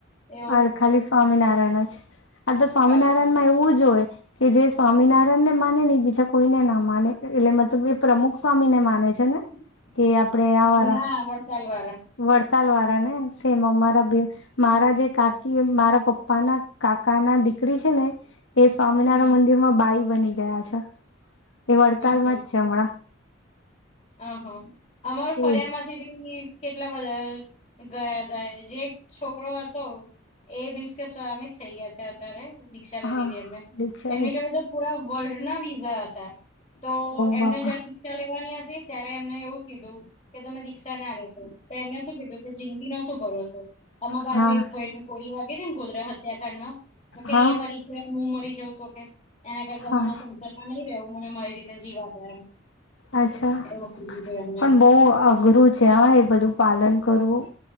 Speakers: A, on the left; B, on the left.
A: એવું
B: અરે ખાલી સ્વામિનારાયણ છે આ તો સ્વામિનારાયણ
A: ખાલી
B: માં એવું જ હોય. કે જે સ્વામિનારાયણને માને ને એ બીજા કોઈને ના માને એટલે મતલબ એ પ્રમુખ સ્વામી ને માને છે ને,
A: હમ.
B: કે આપણે આ વાળા
A: ના વર્ડતાલ વાળા,
B: વડતાલ વાળા ને સેમ અમારા બે મારા જે કાકી મારા પપ્પા ના કાકા ના દીકરી છે ને એ સ્વામિનારાયણ
A: હમ
B: મંદિર, મા બાઈ બની ગયા છે એ વડતાલમાં
A: હમ હમ.
B: જ છે હમણાં.
A: અહ અમાર ફરીયામાં
B: એ
A: જ થી બી કેટલા બધા ગયા હતાય જે એક છોકરો હતો. એ બીન્સ કે સ્વામિત થઈ ગયા છે અત્યારે દિક્ષા લઈ
B: હા
A: લીધી એમને
B: દીક્ષા
A: એમની
B: લે
A: જોડે તો પુરા વર્લ્ડ ના વિઝા હતા. તો
B: ઓ
A: એમને
B: બાપા
A: જયા દીક્ષા લેવાની હતી. ત્યારે એમને એવું કીધું કે તમે દીક્ષા ના લેતો. એમને શું કીધું કે જિંદગીનો શું ભરોસો આમાં બાજુ
B: હા
A: એક ભઇ ગોળી વાગે હતી ગોધરા હત્યાકાંડમાં તો કે
B: હા
A: એ મારી જ્યા હું મરી જવુ તો કે એના કરતા
B: હા
A: મને સંસદમાં નહી રહેવું મને મારી રીતે જીવા દો એમ
B: અચ્છા
A: એવું કીધું તું એમને
B: પણ બહુ અઘરું છે હા એ બધું પાલન કરવું